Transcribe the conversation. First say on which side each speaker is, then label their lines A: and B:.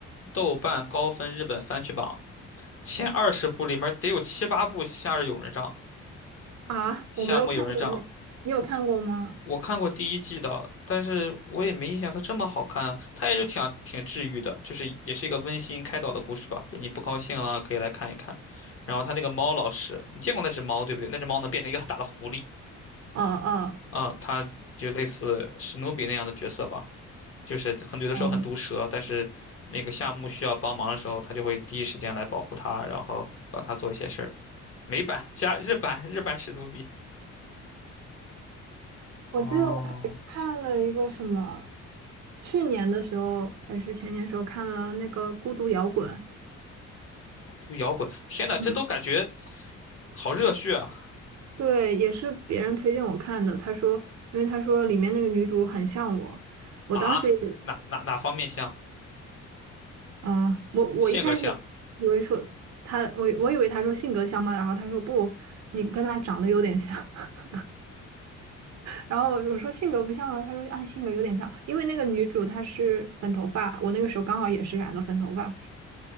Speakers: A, on the left (about 50°); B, on the right (about 60°).
A: 豆瓣高分日本番剧榜前二十部里面得有七八部《夏日友人帐》
B: 啊，
A: 《夏目友人帐》，
B: 我没有看过那，你有看过吗？
A: 我看过第一季的，但是我也没印象它这么好看啊。它也是挺啊挺治愈的，就是也是一个温馨开导的故事吧。就你不高兴了可以来看一看。然后他那个猫老师，你见过那只猫对不对？那只猫能变成一个很大的狐狸
B: 嗯嗯
A: 啊，它就类似史努比那样的角色吧。就是很有的时候很毒舌，
B: 嗯，
A: 但是那个夏目需要帮忙的时候，他就会第一时间来保护他，然后帮他做一些事儿。美版加日版，日版史努比。
B: 我记得我还看了一个什么，
A: 哦，
B: 去年的时候还是前年的时候看了那个《孤独摇滚》。
A: 这个摇滚，天呐，这都感觉
B: 嗯
A: 好热血啊！
B: 对，也是别人推荐我看的。他说，因为他说里面那个女主很像我，我当时也
A: 啊，哪哪哪方面像？
B: 嗯，我我一开始
A: 性格像？
B: 以为说他，我我以为他说性格像嘛，然后他说不，你跟他长得有点像。<laughs> 然后我说性格不像啊，他说啊性格有点像，因为那个女主她是粉头发，我那个时候刚好也是染了粉头发，